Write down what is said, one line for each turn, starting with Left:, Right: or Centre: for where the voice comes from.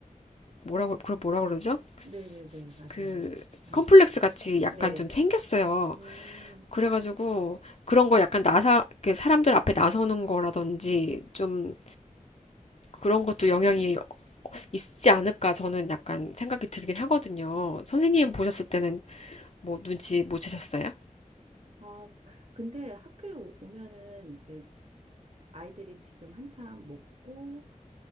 Left: 뭐라고 그걸 뭐라 그러죠?
Right: 네, 네, 네, 맞아요.
Left: 그
Right: 네,
Left: 컴플렉스 같이 약간
Right: 네.
Left: 좀 생겼어요.
Right: 음,
Left: 그래가지고 그런 거 약간 나사 그 사람들 앞에 나서는 거라든지 좀 그런 것도 영향이 있지 않을까 저는 약간 생각이 들긴 하거든요. 선생님 보셨을 때는 뭐 눈치 못 채셨어요?
Right: 아, 근데 학교에 오- 오면은 이제 아이들이 지금 한참 먹고